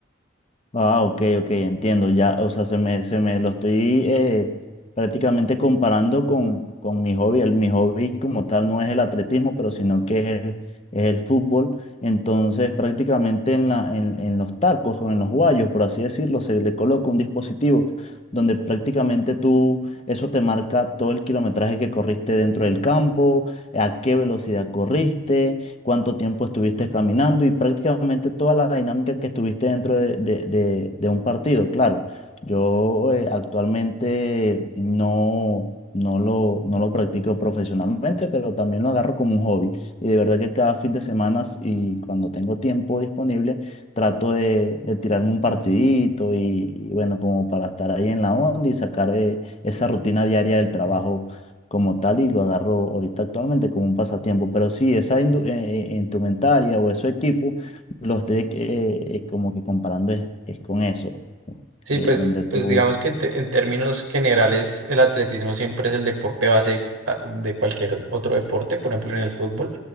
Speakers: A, on the left; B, on the right.
A: Ah, ok, ok, entiendo. Ya, o sea, se me, se me lo estoy eh, prácticamente comparando con, con mi hobby. El, mi hobby como tal no es el atletismo, pero sino que es el, es el fútbol. Entonces, prácticamente en la, en, en los tacos o en los guayos, por así decirlo, se le coloca un dispositivo donde prácticamente tú, eso te marca todo el kilometraje que corriste dentro del campo, a qué velocidad corriste cuánto tiempo estuviste caminando y prácticamente toda la dinámica que estuviste dentro de, de- de- de un partido. Claro, yo eh, actualmente no, no lo, no lo practico profesionalmente, pero también lo agarro como un hobby. Y de verdad que cada fin de semana y cuando tengo tiempo disponible, trato de, de tirarme un partidito y, y bueno, como para estar ahí en la onda y sacar eh, esa rutina diaria del trabajo como tal y lo agarro ahorita actualmente como un pasatiempo. Pero sí, esa indu- eh, eh, instrumentaria o esos equipo los estoy eh, eh, como que comparando es, es con eso, ¿no?
B: Sí,
A: Eh,
B: pues,
A: donde tú...
B: pues digamos que en, te- en términos generales el atletismo siempre es el deporte base ah, de cualquier otro deporte, por ejemplo en el fútbol.